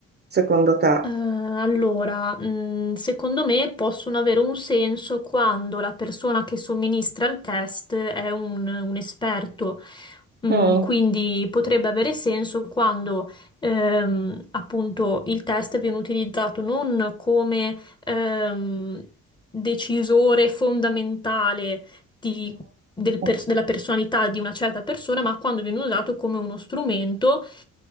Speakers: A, on the right; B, on the left.
A: secondo te?
B: Eh, allora, mh, secondo me possono avere un senso quando la persona che somministra il test è un, un esperto. Mm,
A: Mm,
B: quindi potrebbe avere senso quando ehm, appunto il test viene utilizzato non come ehm, decisore fondamentale di- del
A: mm,
B: pers- della personalità di una certa persona, ma quando viene usato come uno strumento